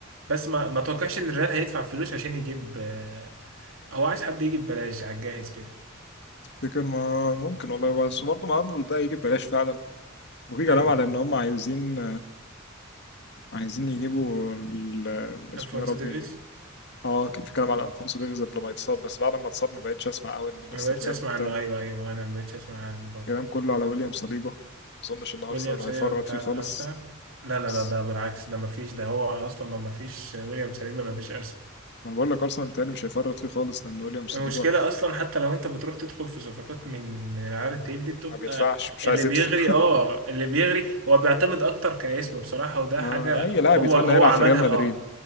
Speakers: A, on the right; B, on the left.
A: بس ما ما توقعش ان الريال هيدفع فلوس عشان يجيب آه، هو عايز حد يجيب ببلاش على الجاهز كده
B: تفتكر ما ممكن والله بس برضه مع أرنولد ده هيجي ببلاش فعلا وفي كلام
A: ايوه
B: على إن هم عايزين عايزين يجيبوا ال- ال- اسمه
A: الفونسو
B: إيه يا ربي
A: ديفيز
B: اه كان في كلام على ألفونسو ديفيز قبل ما يتصاب بس بعد ما اتصاب ما بقتش أسمع أوي إن
A: أنا
B: لسه
A: ما بقتش
B: الريال
A: اسمع
B: مهتم
A: عنه ايوه ايوه انا ما بقتش اسمع عنه برضه
B: الكلام كله على ويليام صليبة ما أظنش إن أرسنال
A: ويليام سليبا
B: هيفرط
A: بتاع
B: فيه خالص
A: الارسنال لا لا
B: بس
A: لا ده بالعكس ده مفيش ده هو اصلا لو مفيش ويليام سليبا مفيش ارسنال
B: ما أنا بقول لك أرسنال بيتهيألي مش هيفرط فيه خالص لأن ويليام صليبة
A: المشكله اصلا حتى لو انت بتروح تدخل في صفقات من من العيار التقيل دي بتبقى
B: ما بيدفعش مش
A: اللي
B: عايز
A: بيغري
B: يدفع
A: اه اللي بيغري هو بيعتمد اكتر كاسم بصراحه
B: <laughs>
A: وده
B: ما
A: حاجه
B: أي لاعب
A: هو
B: يتمنى
A: هو
B: يلعب
A: عملها
B: في ريال مدريد
A: اه